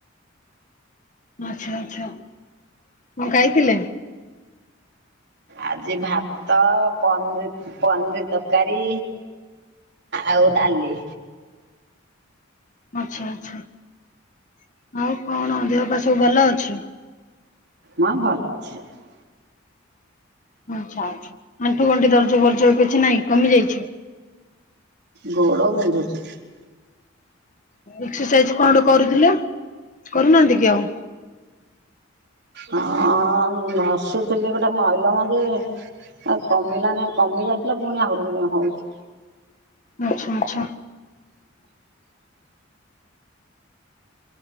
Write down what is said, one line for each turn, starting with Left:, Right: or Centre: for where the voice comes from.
Left: ଆଚ୍ଛା ଆଚଛା। କଣ ଖାଇଥିଲେ?
Right: ଆଜି ଭାତ ପନିର ପନିର ତରକାରୀ। ଆଉ ଡାଲି।
Left: ଆଛା ଆଛା ଆଉ? କଣ ଦେହ ପା ସବୁ ଭଲ ଅଛି?
Right: ମା ଭଲ ଅଛି ସବୁ।
Left: ଆଛା ଆଛା ଆଣ୍ଠୁ ଗଣ୍ଠି ଦରଜ ବର୍ଜ କିଛି ନାଇଁ କମି ଯାଇଛି।
Right: ଗୋଡ଼ ବିନ୍ଧୁଛି।
Left: ଏକ୍ସରସାଇଜ କଣ ଟେ କରୁଥିଲେ କରୁନାହାନ୍ତି କି ଆଉ?
Right: ହଁ ଘସୁଥିଲି ଗୋଟେ ମଇଲ ଯେ ଆ କମିଲାନି କମି ଯାଇଥିଲା ପୁଣି ଆହୁରି ହଉଛି।
Left: ଆଚ୍ଛା ଆଚ୍ଛା।